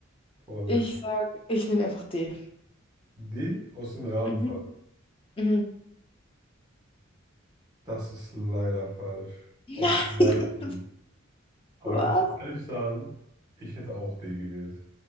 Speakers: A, on the right; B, on the left.
A: vorangestellt.
B: Ich sag, ich nehme einfach D.
A: D, aus dem Rahmen
B: Mhm.
A: fallen.
B: Mhm.
A: Das ist leider falsch.
B: Nein,
A: Aus dem Leim
B: <laughs>
A: gehen. Aber
B: was?
A: ich muss ehrlich sagen, ich hätte auch D gewählt.